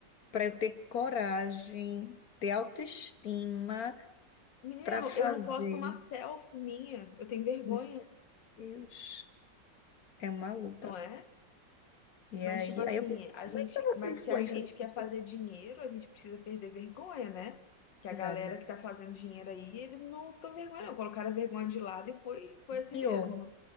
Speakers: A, on the left; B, on the left.
A: pra eu ter coragem, ter autoestima
B: Menina,
A: pra
B: eu não
A: fazer,
B: eu não posto uma selfie minha. Eu tenho vergonha,
A: meu Deus, é uma luta.
B: não é?
A: E
B: Mas,
A: aí,
B: tipo assim,
A: aí eu penso,
B: a
A: como
B: gente,
A: é que eu vou
B: mas
A: ser influência
B: se a gente
A: dessas
B: quer fazer
A: coisas,
B: dinheiro, a gente precisa perder vergonha, né? Que a
A: na
B: galera
A: verdade?
B: que tá fazendo dinheiro aí, eles não estão vergonha, não. Colocaram a vergonha de lado e foi, foi assim
A: Pior.
B: mesmo.